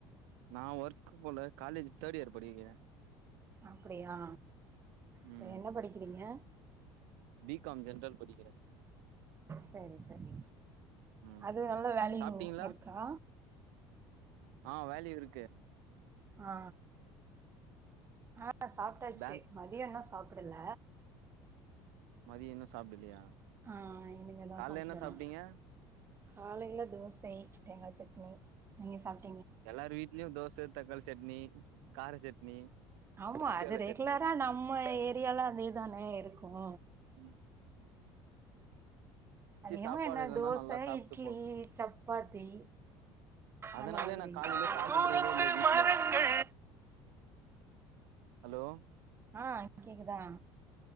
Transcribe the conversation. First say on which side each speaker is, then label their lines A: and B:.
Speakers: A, on the right (about 85°); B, on the right (about 25°).
A: நா ஒர்க் போல காலேஜ் தேர்ட் இயர் படிக்கிற
B: அப்டியா
A: ம்
B: சரி என்ன படிக்கிறீங்க
A: பி காம் ஜென்ரல் படிக்கிற
B: சரி சரி
A: ம்
B: அதுவ் நல்ல வேல்யூ
A: சாப்ட்டீங்களா
B: இருக்கா
A: அ வேல்யூ இருக்கு
B: அ அ சாப்ட்டாச்சி
A: பேங்க்
B: மதியோ இன்னோ சாப்பிடல
A: மதியோ இன்னோ சாப்டலையா
B: அ இனிமே தா
A: கால்ல
B: சாப்டனோ
A: என்ன சாப்ட்டீங்க
B: காலையில தோச தேங்கா சட்னி நீங்க சாப்
A: எல்லார் வீட்லயு தோச தக்காளி சட்னி கார சட்னி
B: ஆமா
A: ஒச்சக்கல்ல
B: அது ரெகுலரா
A: சட்னி
B: நம்ம ஏரியால்ல அதேதானே இருக்கோ
A: ம் ம்
B: அதிகமா
A: சாப்பாடு
B: என்ன
A: இருந்தா
B: தோச
A: நல்லா சாப்ட்டு
B: இட்லி
A: போனு
B: சப்பாத்தி
A: அதனாலே
B: அந்த மாதிரி
A: நா காலையில சாப்பட்றதே
B: கூரத்து
A: இல்ல வீட்ல
B: மரங்கள்
A: ஹலோ
B: ஆ கேக்குதா